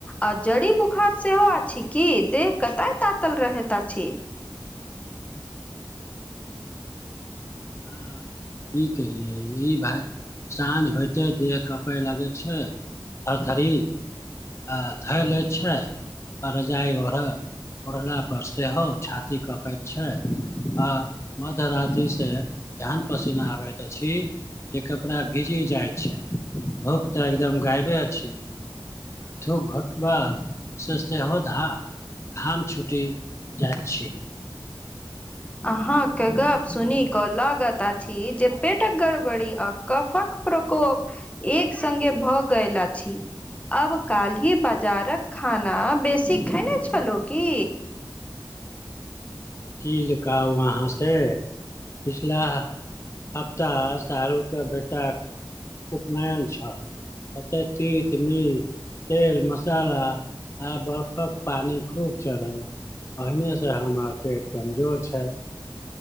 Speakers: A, on the left; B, on the left.
A: आ जड़ी बुखार सेहो अछि कि? देह कऽतय तातल रहैत अछि।
B: हँ कि करियै ई भाय साँझ होयइते देह कपै लगै छै, थरथरी आ धाय लै छै, रजाई ओढल ओढ़ला पर सेहो छाती कपैत छै, आ मध्यराति सऽ जहन पसीना आबेत अछि जे कपड़ा भीजी जायत छै। भूख तऽ एकदम गायबे अछि। थुक घोटबा से सेहो धाह घाम छुटी जाइत छी।
A: अहाँके गप्प सुनि कऽ लागत अछि जे पेटक गड़बड़ी आ कफक प्रकोप एक संगे भऽ गेयल अछि। अब काल्हि बजारक खाना बेसी खेने छलहुँ की?
B: कील काउ आहाँ से। पिछला हप्ताह शाहरुके बेटाक उपनयन छल। ओतै तीत मीट तेल, मसाला आ बर्फक पानि खूब चलल। ओहिनेसँ हमर पेट कमजोर छैय।